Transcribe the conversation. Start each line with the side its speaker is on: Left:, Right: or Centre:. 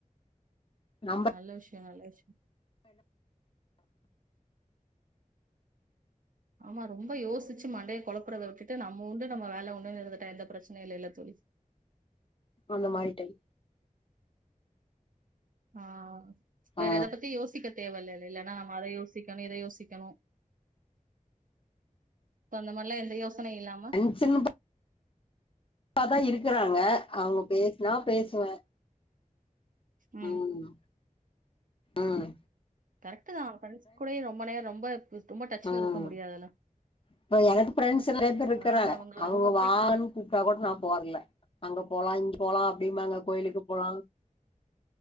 Left: நம்ப
Right: நல்ல விஷயோ நல்ல விஷயோ ஆமா ரொம்போ யோசிச்சு மண்டைய குழப்பறத விட்டுட்டு நம்ப உண்டு நம்ம வேல உண்டுன்னு இருந்துட்டா எந்த பிரச்சனையு இல்லைல தோழி
Left: அந்த மாரி டைப்
Right: ஆஹ் வேற
Left: ஆ
Right: எத பத்தியு யோசிக்க தேவ இல்ல இல்லன்னா நம்ம அத யோசிக்கணு இத யோசிக்கணு சோ அந்த மாரிலா எந்த யோசனை இல்லாம
Left: ம் சின் பா ப்பாதா இருக்குறாங்க அவ்ங்க பேசுனா பேசுவே
Right: ம்
Left: ஆமா ஆஹ்
Right: கரெக்ட்டு தா ஃப்ரெண்ட்ஸ் கூடயே ரொம்ப நேரோ ரொம்ப ரொம்ப டச்ல
Left: ம்
Right: இருக்க முடியாதுல்ல
Left: இப்ப எனக்கு பிஃரெண்ட்ஸ் நெறைய பேரு இருக்கிறாங்க
Right: அதனால அவங்க
Left: அவுங்க
Right: அவங்க ஃப்ரீ
Left: வான் கூப்ட்டா கூட நா போறல அங்க போலா இங்க போலா அப்டிம்பாங்கா கோயிலுக்கு போலா